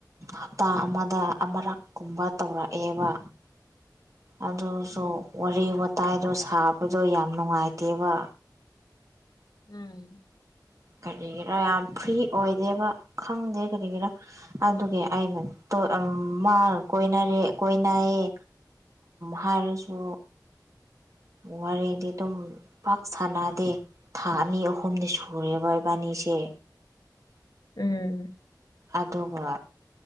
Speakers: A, on the right; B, on the left.
A: ꯍꯞꯇꯥ ꯑꯃꯗ ꯑꯃꯔꯛ ꯀꯨꯝꯕ ꯇꯧꯔꯛꯑꯦꯕ ꯑꯗꯨꯁꯨ
B: ꯎꯝ ꯎꯝ
A: ꯋꯥꯔꯤ ꯋꯥꯇꯥꯏꯗꯣ ꯁꯥꯕꯗꯣ ꯌꯥꯝ ꯅꯨꯡꯉꯥꯏꯇꯦꯕ
B: ꯎꯝ
A: ꯀꯔꯤꯒꯤꯔꯥ ꯌꯥꯝ ꯐ꯭ꯔꯤ ꯑꯣꯏꯗꯦꯕ ꯈꯪꯗꯦ ꯀꯔꯤꯒꯤꯔꯥ ꯑꯗꯨꯒꯤ ꯑꯩꯅ ꯇꯣꯛ ꯃꯥ ꯀꯣꯏꯅꯔꯦ ꯀꯣꯏꯅꯩꯌꯦ ꯍꯥꯏꯔꯁꯨ ꯋꯥꯔꯤꯗꯤ ꯑꯗꯨꯝ ꯄꯥꯛ ꯁꯥꯟꯅꯗꯦ ꯊꯥ ꯑꯅꯤ ꯑꯍꯨꯝꯗꯤ ꯁꯨꯔꯦꯕ ꯏꯕꯥꯟꯅꯤꯁꯦ
B: ꯎꯝ
A: ꯑꯗꯨꯒ